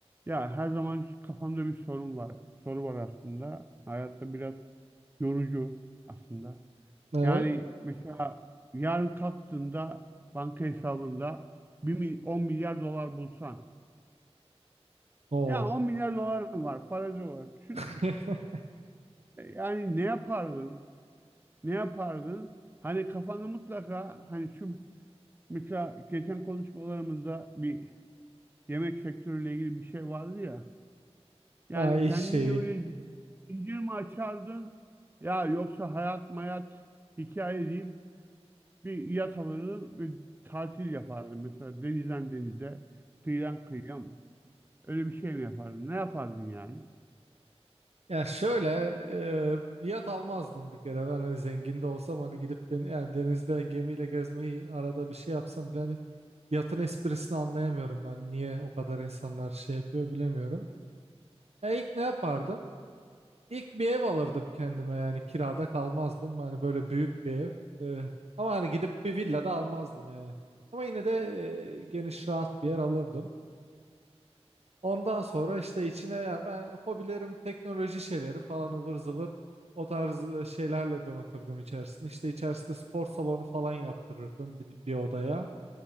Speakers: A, on the right; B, on the right.
A: Ya her zaman kafamda bir sorun var. Soru var aslında. Hayatta biraz yorucu aslında.
B: Evet.
A: Yani mesela yarın kalktığında banka hesabında 1 mil- 10 milyar dolar bulsan.
B: Oo.
A: Ya 10 milyar dolarım var farazi olarak düşün.
B: <laughs>
A: E, Yani ne yapardın? Ne yapardın? Hani kafanda mutlaka hani şu mesela geçen konuşmalarımızda bir yemek sektörüyle ilgili bir şey vardı ya. Yani
B: Ha, iş
A: kendince
B: şeyi.
A: böyle zincir mi açardın ya yoksa hayat mayat hikaye deyip bir yat alırdın ve tatil yapardın. Mesela denizden denize, kıyıdan kıyıya mı? Öyle bir şey mi yapardın? Ne yapardın yani?
B: Ya şöyle e, yat almazdım bir kere. Ben hani zengin de olsam hani gidip den yani denizde gemiyle gezmeyi arada bir şey yapsam bile hani yatın esprisini anlayamıyorum ben. Niye o kadar insanlar şey yapıyor bilemiyorum. E ilk ne yapardım? İlk bir ev alırdım kendime yani kirada kalmazdım. Hani böyle büyük bir ev. E, ama hani gidip bir villa da almazdım yani. Ama yine de e, geniş rahat bir yer alırdım. Ondan sonra işte içine ya ben hobilerim teknoloji şeyleri falan ıvır zıvır o tarz e, şeylerle donatırdım içerisinde. İşte içerisinde spor salonu falan yaptırırdım bir, bir odaya.